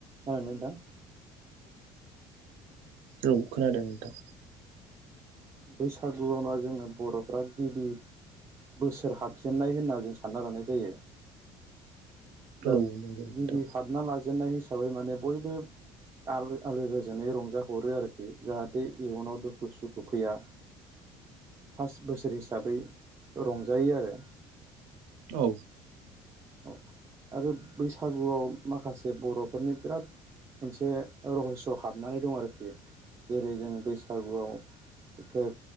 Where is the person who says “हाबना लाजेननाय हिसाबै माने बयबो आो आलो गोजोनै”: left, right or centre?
Right